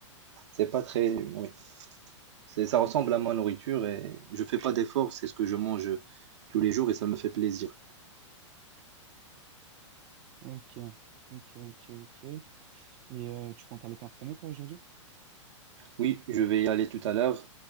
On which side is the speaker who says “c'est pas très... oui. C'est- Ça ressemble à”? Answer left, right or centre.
Right